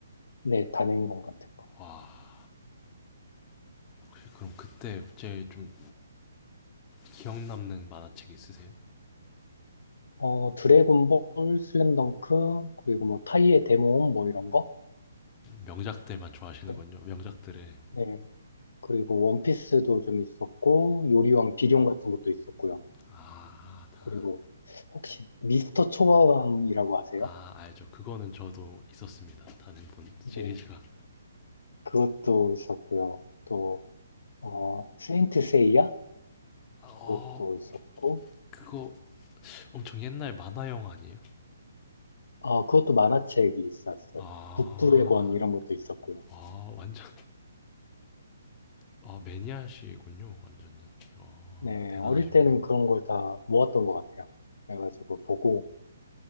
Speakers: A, on the left (about 75°); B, on the left (about 25°).
A: 네, 단행본 같은 거.
B: 와. 혹시 그럼 그때 제일 좀 기억 남는 만화책 있으세요?
A: 어, 드래곤볼, 슬램덩크, 그리고 뭐 타이의 데모음 뭐 이런 거.
B: 명작들만 좋아하시는군요.
A: 그리-
B: 명작들의
A: 네, 그리고 원피스도 좀 있었고 요리왕 비룡 같은 것도 있었고요.
B: 아, 다.
A: 그리고 혹시 미스터 초밥왕이라고 아세요?
B: 아, 알죠. 그거는 저도 있었습니다. 단행본 시리즈가.
A: 네. 그것도 있었고요. 또, 어, 세인트 세이야?
B: 아, 어,
A: 그것도 있었고,
B: 그거 엄청 옛날 만화 영화 아니에요?
A: 어 그것도 만화책이 있었어요.
B: 아,
A: 북두의 권 이런 것도 있었고요.
B: 아, 완전 아, 매니아시군요. 완전히. 아,
A: 네,
B: 대단하십니다.
A: 어릴 때는 그런 걸 다 모았던 것 같아요. 그래가지고 보고